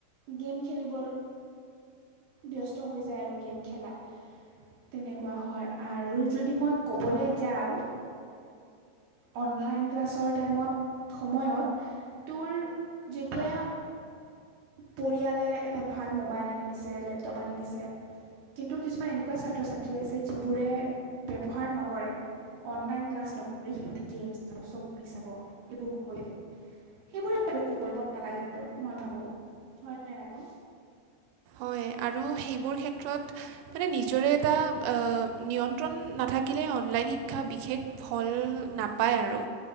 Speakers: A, on the right (about 70°); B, on the right (about 90°).
A: গেম খেলিব ব্যস্ত হৈ যায় আৰু গেম খেলাত তেনেকুৱা হয় আৰু যদি মই ক'বলে যাওঁ। অনলাইন ক্লাছৰ টাইমত সময়ত তোৰ যেতিয়া পৰিয়ালে এটা ভাল মোবাইল আনি দিছে লেপটপ আনি দিছে। কিন্তু কিছুমান এনেকুৱা ছাত্ৰ-ছাত্ৰী আছে যিবোৰে ব্যৱহাৰ নকৰে। অনলাইন ক্লাছ নকৰি সিহঁতে গেম চাব ছবি চাব এইবোৰ কৰি থাকে। সেইবোৰে এক কৰিব নালাগে আৰু মই ভাবো হয় নে নাই ক?
B: হয় আৰু সেইবোৰ ক্ষেত্ৰত মানে নিজৰে এটা নিয়ন্ত্ৰণ নাকিলে অনলাইন শিক্ষা বিশেষ ফল নাপায় আৰু